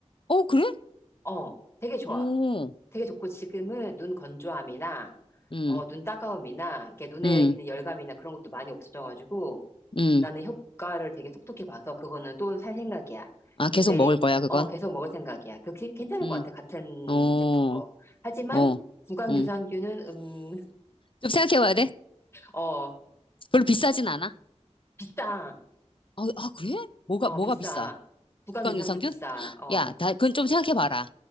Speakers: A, on the left (about 50°); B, on the left (about 20°).
A: 어, 그래?
B: 어, 되게 좋아.
A: 오.
B: 되게 좋고 지금은 눈 건조함이나
A: 음,
B: 어, 눈 따가움이나 이렇게 눈에
A: 음,
B: 있는 열감이나 그런 것도 많이 없어져가지고
A: 음.
B: 나는 효과를 되게 톡톡히 봐서 그거는 또 살 생각이야.
A: 아, 계속
B: 근데
A: 먹을 거야, 그건?
B: 어, 계속 먹을 생각이야. 그 게- 괜찮은
A: 음,
B: 것 같아. 같은
A: 어,
B: 제품 거. 하지만
A: 어,
B: 구강유산균은
A: 음.
B: 음, <laughs>
A: 좀 생각해 봐야 돼.
B: 어,
A: 별로 비싸진 않아.
B: 비싸.
A: 어, 아, 아, 그래? 뭐가,
B: 어,
A: 뭐가
B: 비싸.
A: 비싸?
B: 구강유산균
A: 국강유산균?
B: 비싸. 어.
A: 야, 다, 그건 좀 생각해 봐라.